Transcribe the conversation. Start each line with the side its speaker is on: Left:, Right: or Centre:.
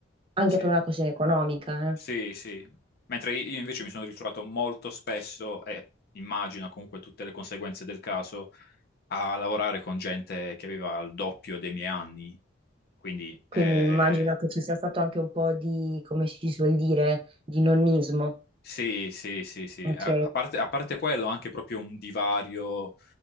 Right: anche
Left: sì.
Right: per una questione economica, eh.
Left: Sì, sì. Mentre io invece mi sono ritrovato molto spesso, e immagino comunque tutte le conseguenze del caso, a lavorare con gente che aveva il doppio dei miei anni. Quindi,
Right: Quindi
Left: eh,
Right: immagino che ci sia stato anche un po' di, come si suol dire, di nonnismo.
Left: sì, sì, sì, sì.
Right: Ok.
Left: A a parte, a parte quello, anche proprio un divario